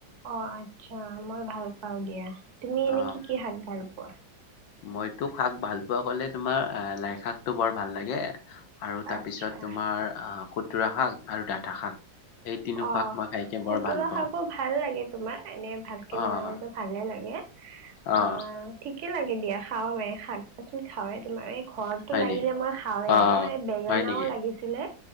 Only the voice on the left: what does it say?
অ
মইতো শাক ভাল পোৱা কলে তোমাৰ লাই শাকটো বৰ ভাল লাগে। আৰু তাৰ
পিছত তোমাৰ আহ, খুতুৰা শাক আৰু ডাঠা শাক। এই তিনিও
শাক মই খাইকে
বৰ ভাল পাওঁ।
অহ
অহ
হয়
নি?
অহ
হয় নেকি?